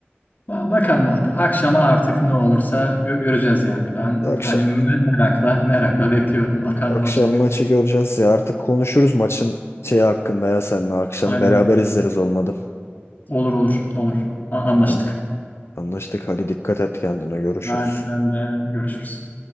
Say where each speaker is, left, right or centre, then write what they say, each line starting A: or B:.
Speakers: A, on the left; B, on the left.
A: Ba- Bakalım abi. Akşama artık ne olursa gö- göreceğiz yani. Ben
B: Akşam.
A: hani merakla merakla bekliyorum. Bakalım
B: Akşam
A: ne olacak.
B: maçı göreceğiz ya. Artık konuşuruz maçın şeyi hakkında ya seninle akşam.
A: Aynen.
B: Beraber izleriz olmadı.
A: Olur olur olur. A- Anlaştık.
B: Tamam. Anlaştık. Hadi dikkat et kendine. Görüşürüz.
A: Hadi sen de görüşürüz.